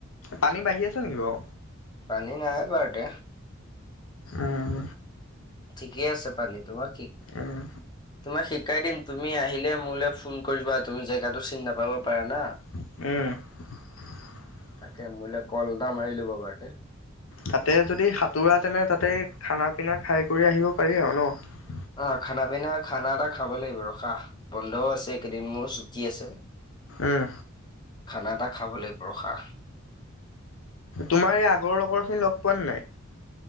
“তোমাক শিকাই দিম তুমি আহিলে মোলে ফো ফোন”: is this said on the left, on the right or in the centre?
Left